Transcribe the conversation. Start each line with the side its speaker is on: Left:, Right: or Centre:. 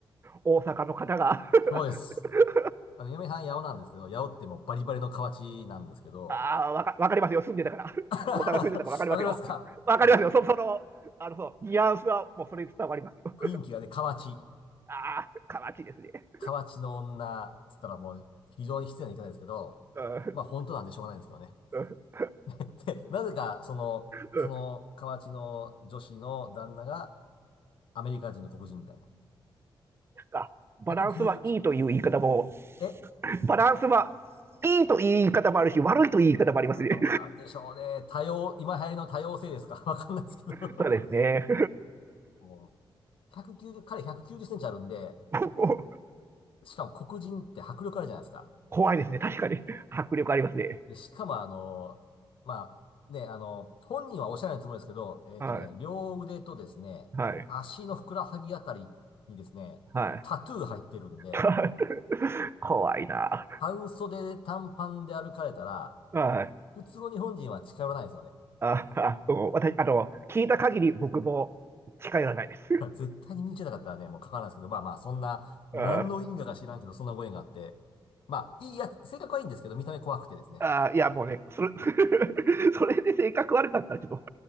Right: 大阪の方が
Left: <laughs> そうです。
Right: <laughs>
Left: あの、嫁さん、八尾なんですけど、八尾ってもうバリバリの河内なんですけど、
Right: ああ、わか、わかりますよ。住んでたから。<laughs>
Left: <laughs> わかりますかあの、
Right: 大阪住んでたからわかりますよ。わかりますよ。そ、その、あの、そう、ニュアンスはもうそれ伝わりますよ。
Left: 雰囲気がね、河内。
Right: ああ、かわちいですね。
Left: 河内の女、つったらもう非常に失礼な言い方ですけど、
Right: うん
Left: まあ本当なんでしょうがないんですけどね。
Right: うん
Left: <laughs> で、なぜか、その、
Right: なん
Left: その河内の女子の旦那がアメリカ人の黒人みたいな。
Right: かバランスはいいという言い方も、
Left: 190、え
Right: バランスはいいという言い方もあるし、悪いという言い方もありますね。
Left: あーどうなんでしょうね。多様、今流行りの多様性ですか <laughs> わかんないですけど
Right: <laughs> そうですね。
Left: もう、190、彼190センチあるんで、
Right: <laughs>
Left: しかも黒人って迫力あるじゃないですか。
Right: 怖いですね。確かに。迫力ありますね。
Left: で、しかもあの、まあ、ね、あの、本人はおっしゃらないつもりですけど、えっとね、
Right: はい。
Left: 両腕とですね、
Right: はい。
Left: 足のふくらはぎあたりにですね、
Right: はい。
Left: タトゥー入ってるんで、
Right: <laughs> 怖いな。
Left: 半袖で短パンで歩かれたら、
Right: はい。
Left: 普通の日本人は近寄らないですよね。
Right: あ、あ、うん私、あの、聞いた限り僕も近寄らないです。
Left: <laughs> 絶対に見に行けなかったらね、もう書かないですけど、まあまあ、そんな、何の因果か知らんけど、
Right: <laughs>
Left: そんなご縁があって、まあ、いいやつ、性格はいいんですけど、見た目怖くてですね。
Right: ああ、いや、もうね、それ、<laughs> それで性格悪かったらちょっと、